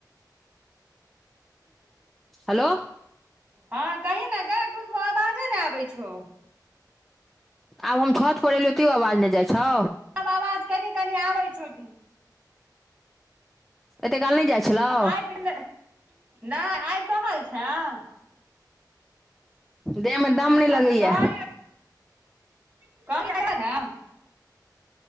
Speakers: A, on the right; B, in the centre.
A: <inaudible>
B: हेलो।
A: हँ कहि ने गै कुछ आवाजे ने आबै छौ।
B: आब हम छत पर एलियौ तैयो आवाज नहि जाइ छौ।
A: आब आवाज कनि कनि आबै छै।
B: एते काल नै जाइ छलौ
A: आइ तऽ, नै आइ सहल छें।
B: देह मे दम नैह
A: कहलियौ
B: लगैय।
A: <unintelligible>